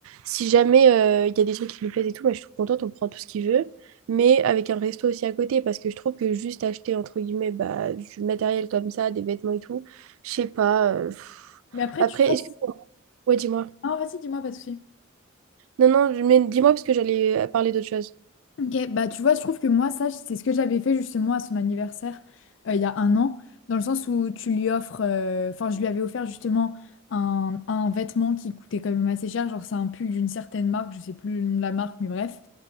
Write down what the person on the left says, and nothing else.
Mais après
tu passes.
Ah vas-y, dis-moi pas de souci.
Ok, bah tu vois, je trouve que moi, ça, c'est ce que j'avais fait justement à son anniversaire euh, il y a un an, dans le sens où tu lui offres, euh, enfin, je lui avais offert justement un, un vêtement qui coûtait quand même assez cher, genre c'est un pull d'une certaine marque, je sais plus le nom de la marque, mais bref,